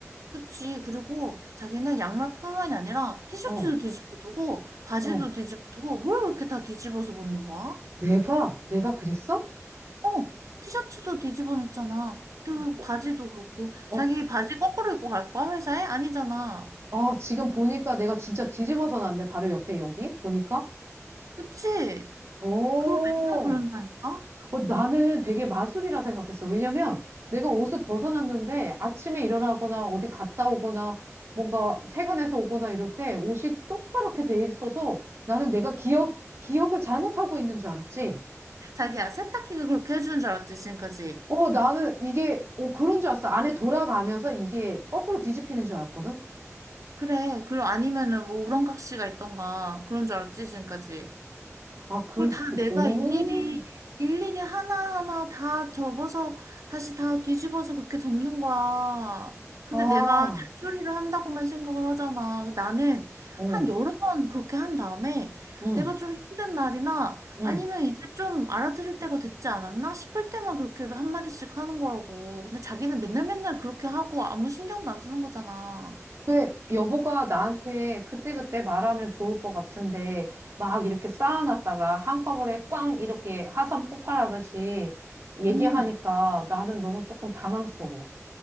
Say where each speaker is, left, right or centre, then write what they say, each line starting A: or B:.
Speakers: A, on the right (about 85°); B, on the right (about 55°).
A: 그치. 그리고 자기는 양말뿐만이 아니라 티셔츠도
B: 어,
A: 뒤집어 두고, 바지도
B: 어,
A: 뒤집어 두고, 뭘 그렇게 다 뒤집어서 벗는 거야?
B: 내가? 내가 그랬어?
A: 어, 티셔츠도 뒤집어 놓잖아. 그리고
B: 어,
A: 바지도 그렇고,
B: 어,
A: 자기 바지 거꾸로 입고 갈 거야, 회사에? 아니잖아.
B: 아, 지금 보니까 내가 진짜 뒤집어서 놨네. 바로 옆에 여기 보니까.
A: 그치?
B: 오,
A: 그거 맨날 그런다니까?
B: 어, 나는 되게 마술이라 생각했어. 왜냐면 내가 옷을 벗어놨는데 아침에 일어나거나 어디 갔다 오거나 뭔가 퇴근해서 오거나 이럴 때 옷이 똑바랗게 돼 있어서 나는 내가 기억, 기억을 잘못하고 있는 줄 알았지.
A: 자기야, 세탁기가 그렇게 해주는 줄 알았지, 지금까지.
B: 어, 나는 이게, 어, 그런 줄 알았어. 안에 돌아가면서 이게 거꾸로 뒤집히는 줄 알았거든.
A: 그래. 그리고 아니면은 뭐 우렁각시가 있던가, 그런 줄 알았지, 지금까지.
B: 아, 그,
A: 그걸 다 내가
B: 오,
A: 일일이 일일이 하나하나 다 접어서 다시 다 뒤집어서 그렇게 접는 거야. 근데
B: 아,
A: 내가 잔소리를 한다고만 생각을 하잖아. 그 나는
B: 어,
A: 한 여러 번 그렇게 한 다음에
B: 응,
A: 내가 좀 힘든 날이나
B: 응.
A: 아니면 이제 좀 알아들을 때가 됐지 않았나 싶을 때만 그렇게 한마디씩 하는 거라고. 근데 자기는 맨날 맨날 그렇게 하고 아무 신경도 안 쓰는 거잖아.
B: 근데 여보가 나한테 그때그때 말하면 좋을 것 같은데, 막 이렇게 쌓아놨다가 한꺼번에 꽝 이렇게 하산 폭발하듯이 얘기하니까
A: 음,
B: 나는 너무 조금 당황스러워.